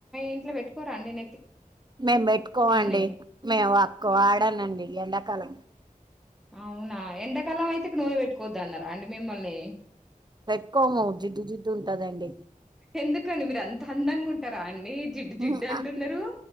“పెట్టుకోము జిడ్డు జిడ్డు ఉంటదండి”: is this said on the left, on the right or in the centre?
Right